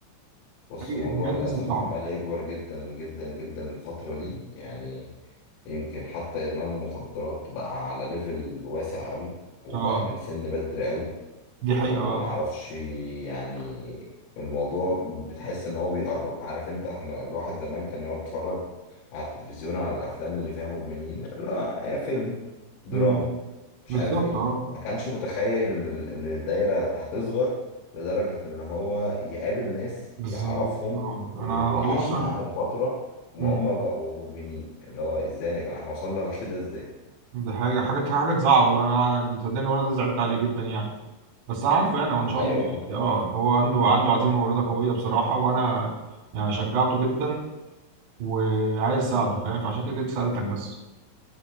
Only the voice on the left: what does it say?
بص
الموضوع
للأسف
عمال يكبر جدا جدا جدا الفترة دي يعني يمكن حتى إدمان المخدرات بقى على ليفل واسع قوي وبقى
من سن بدري قوي
ومعرفش
يعني الموضوع بتحس ان هو بيقرب عارف انت احنا الواحد زمان كان يقعد يتفرج على التلفزيون على الافلام اللي فيها مدمنين لا هي فيلم دراما
مش
عارف ايه
ما كانش متخيل ان ال- ان الدايرة هتصغر لدرجة ان هو يقابل ناس
يعرفهم
وعاش
معاهم فترة وهم
بقوا مدمنين اللي هو ازاي يا جماعة احنا وصلنا <laughs> لكده ازاي
ايوه
ما